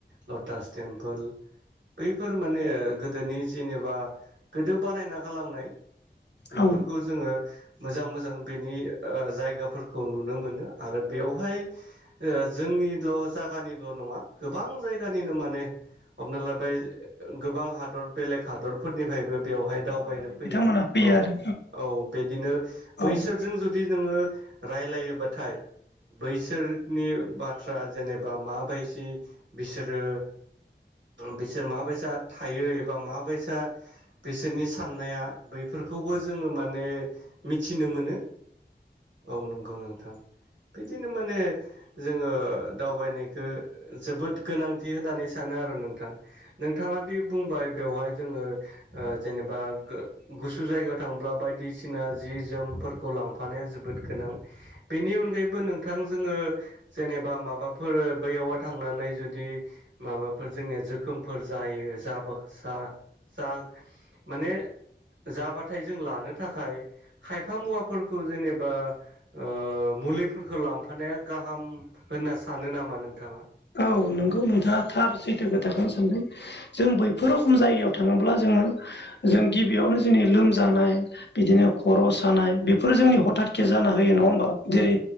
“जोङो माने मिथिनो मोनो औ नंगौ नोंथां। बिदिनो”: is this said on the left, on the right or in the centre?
Right